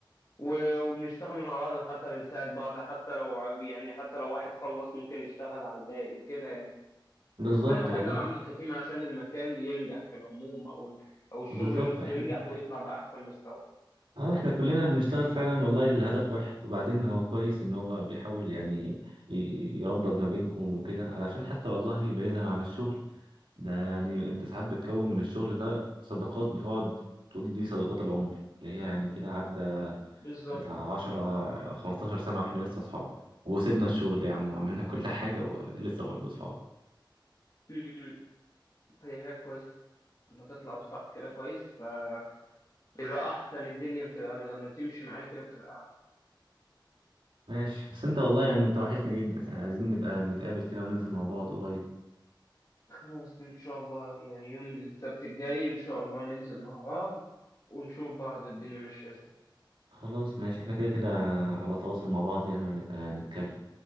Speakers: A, on the left (about 40°); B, on the right (about 90°).
A: و- وبنشتغل مع بعض وحتى بنساعد بعض حتى لو ع- يعني حتى لو واحد خلص ممكن يشتغل على الباقي كده يعني
B: بالظبط
A: أهم حاجة
B: والله
A: العمل كتيم عشان المكان ينجح في العموم أو ال- أو الشغل
B: بالظبط
A: نفسه
B: احنا
A: ينجح ويطلع بأحسن مستوى
B: اه احنا كلنا بنشتغل فعلا والله الهدف واحد وبعدين هو كويس ان هو بيحاول يعني ي- يربط ما بينكم وكده علشان حتى والله بعيدا عن الشغل ده يعني انت ساعات بتكون من الشغل ده صداقات بتقعد تقول دي صداقات العمر اللي هي يعني كده عدى
A: بالظبط
B: بتاع 10 15 سنة واحنا لسه اصحاب وسيبنا الشغل يا عم وعملنا <laughs> كل حاجة ولسه برضه اصحاب
A: م- م. فدي حاجة كويسة لما تطلع صح كده كويس فبيبقى أحسن الدنيا بتبقى لما تمشي معايا كده بتبقى
B: ماشي بس انت والله يعني انت وحشني جدا يعني عايزين نبقى نتقابل كده وننزل مع بعض قريب
A: خلاص إن شاء الله يعني يوم السبت الجاي إن شاء الله ننزل مع بعض ونشوف بعض الدنيا ماشية إزاي
B: خلاص ماشي احنا كده كده على تواصل مع بعض يعني وهنبقى نتكلم